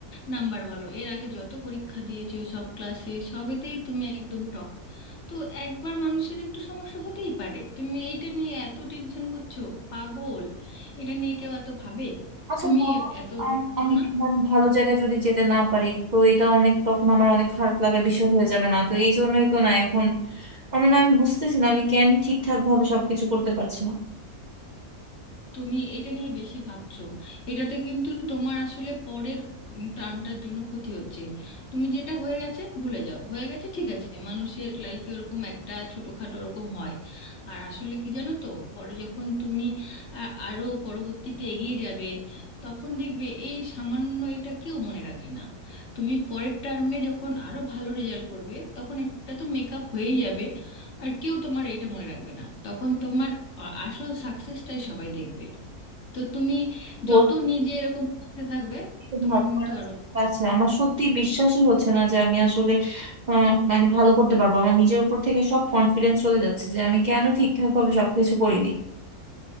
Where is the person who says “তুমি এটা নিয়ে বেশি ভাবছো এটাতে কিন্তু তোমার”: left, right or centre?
Left